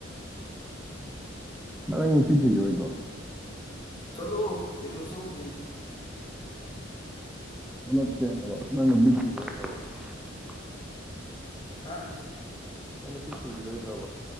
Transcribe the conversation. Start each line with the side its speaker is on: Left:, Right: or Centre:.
Centre: ꯕꯥꯢ ꯅꯪ ꯅꯨꯄꯤ ꯊꯤꯒꯤꯔꯣꯢꯗ꯭ꯔꯣ꯫
Left: ꯊꯣꯛꯂꯣꯑꯣ ꯀꯩꯅꯣ ꯆꯧꯖꯦꯃꯤ꯫
Centre: <unintelligible> <unintelligible>
Left: ꯍꯥꯥ
Centre: ꯅꯪ ꯅꯨꯄꯤ ꯊꯤꯈꯤꯔꯣꯏꯗ꯭ꯔꯕ